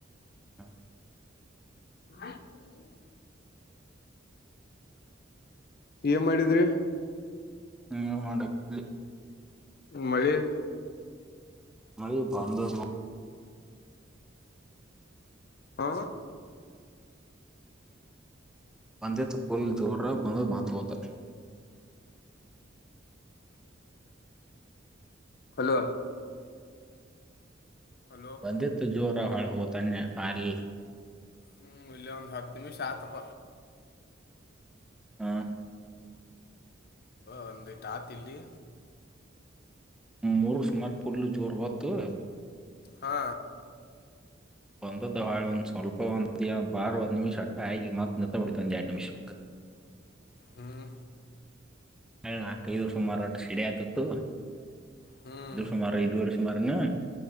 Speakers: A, in the centre; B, on the left.
A: ಹಾ.
B: <unintelligible> ಏನ್ ಮಾಡಿದ್ರಿ.
A: ಹ್ಮ ಮಾಡಂಡೆ ಕಲ್ಲಿ.
B: ಮಾಡಿ.
A: ಮಾಡ ಬಂದದ.
B: ಹಾ.
A: ಪಂದ್ಯ ತಪ್ಪೋಲ್ ಜೋಡ್ರ ಬಂದು ಮಾತು ಹೋತ.
B: ಹಲೋ. ಹಲೋ
A: ಬಂದಿತ್ತು ಜೋರ. ಒ ಹಳ್ ಹುತನ್ನೆ ಅಲ್.
B: ಹ್ಮ್ ಇಲ್ಲ ಒಂದು್ ಹತ್ತು ನಿಮಿಷ ಆತಪ.
A: ಹ್ಮ.
B: ಒಂದು ಟಾತ್ ಇಲ್ಲಿ.
A: ಮೂರು ಸ್ಮಾರಕ್ ಪುಡ್ಲು ಜೋರ್ ಬತ್ತು.
B: ಹಾ.
A: ಬಂದದ್ದ ಹಾಳ ಒಂದು ಸ್ವಲ್ಪ ಒಂದ ಬಾರ ಒಂದು್ ನಿಮಿಷ ಅಟ್ಟ ಆಯಿ ಮಾತ್ರ ನತ್ತ ಬಿಿಡಿತಂದ ಎಡ್ ನಿಿಷಕ್ಕೆ
B: ಹ್ಮ್.
A: ಹ ನಾಕೈದು ಸುಮಾರು ಒಟ್ಟು ಸಿಡಿ ಆಯ್ತಿತ್ತು.
B: ಹ್ಮ್
A: ಇದು ಸುಮಾರ್ ಇಐದು ವರ್ಷುಮಾನ. ಅ್ಣ.